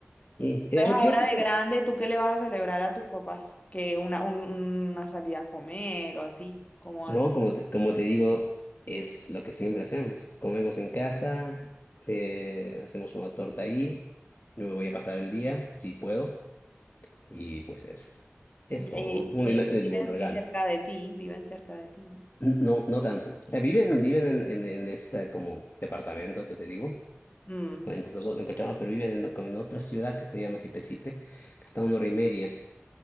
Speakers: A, on the left (about 45°); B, on the left (about 30°).
A: Y, eh,
B: Entonces, ahora
A: yo sí,
B: de grande, ¿tú qué le vas a celebrar a tus papás? Que una, un- una salida a comer o así, ¿cómo
A: No,
B: hacen.
A: como te, como te digo, es lo que siempre hacemos. Comemos en casa, eh, hacemos una torta ahí, me voy a pasar el día, si puedo, y pues es, es
B: Y,
A: todo.
B: y-
A: Bueno,
B: y
A: y
B: ellos
A: le- les
B: viven
A: llevo un regalo.
B: cerca de ti, viven cerca de ti.
A: No, no tanto. O sea, viven, viven en, en, en este como departamento que te digo,
B: Mm,
A: en, los dos- en Cochabamba, pero viven en, en otra ciudad que se llama Sipesipe, que está a una hora y media.